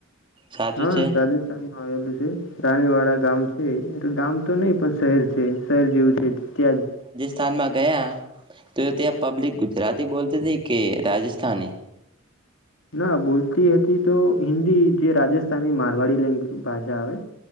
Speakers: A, on the right; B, on the left.
A: સાચું
B: હા
A: છે
B: રાજસ્થાનમાં આવેલું છે રાણીવાડા ગામ છે એ ગામ તો નહી પણ શહેર છે શહેર જેવું છે ત્યાં જ
A: સ્થાનમાં ગયા તો ત્યાં પબ્લિક ગુજરાતી બોલતી હતી કે રાજસ્થાની
B: ના બોલતી હતી તો હિન્દી જે રાજસ્થાની મારવાડી લેંગ ભાષા આવે